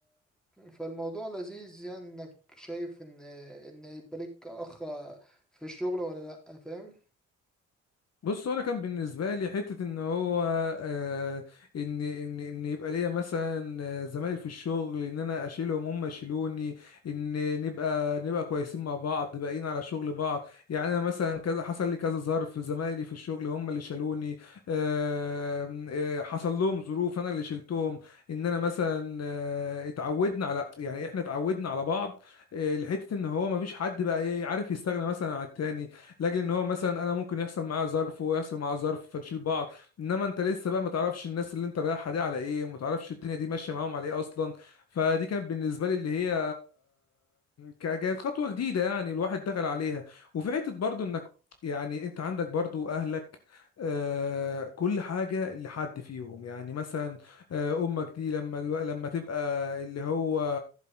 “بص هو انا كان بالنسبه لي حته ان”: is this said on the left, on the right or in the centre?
Left